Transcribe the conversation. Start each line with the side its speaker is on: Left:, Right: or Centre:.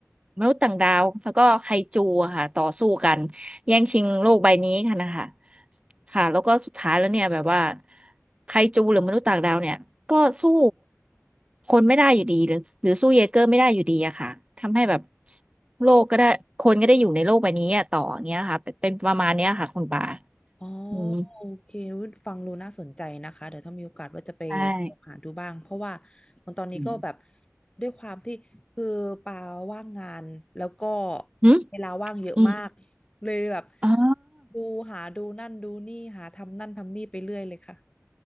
Right: มนุษย์ต่างดาวแล้วก็ไคจูอะค่ะต่อสู้กันแย่งชิงโลกใบนี้กันนะคะค่ะแล้วก็สุดท้ายแล้วเนี่ยแบบว่าไคจูหรือมนุษย์ต่างดาวเนี่ยก็สู้คนไม่ได้อยู่ดีหรือหรือสู้เยเกอร์ไม่ได้อยู่ดีอะค่ะทำให้แบบโลกก็ได้คนก็ได้อยู่ในโลกใบนี้อะต่ออย่างเงี้ยค่ะเป็นเป็นประมาณเนี้ยค่ะคุณปา
Left: อ๋อ
Right: อืม
Left: โอเคอุ๊ยฟังดูน่าสนใจนะคะเดี๋ยวถ้ามีโอกาสว่าจะไป
Right: ใช่
Left: หาดูบ้างเพราะว่ามันตอนนี้ก็แบบ
Right: อืม
Left: ด้วยความที่คือปาว่างงานแล้วก็
Right: หืม
Left: เวลาว่างเยอะมาก
Right: อืม
Left: เลยแบบ
Right: อ๋อ
Left: ดูหาดูนั่นดูนี่หาทำนั่นทำนี่ไปเรื่อยเลยค่ะ